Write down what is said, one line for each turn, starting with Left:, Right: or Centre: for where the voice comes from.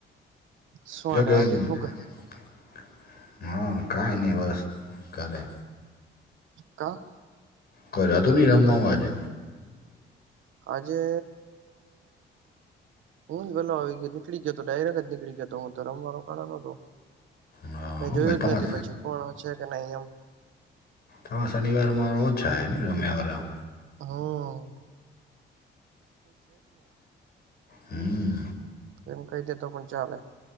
Right: શું
Left: જોકે
Right: હાલે આજે
Left: એમ <unintelligible>
Right: શું
Left: હ કઈની બસ ઘરે.
Right: કાં
Left: કરાતુ ની રમવામાં જે
Right: આજે ઉં જ વેલો આવી ગયો ને નીકળી જતો ડાયરેક્ટ જ નીકળી જતો હું તો રમવા રોકાણો નતો.
Left: હા
Right: મેં જોયું
Left: તમાર
Right: જ નથી પછી કોણ છે કે નઈ એમ
Left: હાં શનિવાર મા ઓછા એ રમ્યાવારા
Right: હમ્મ.
Left: હમ્મ.
Right: એમ કઈ દે તો પણ ચાલે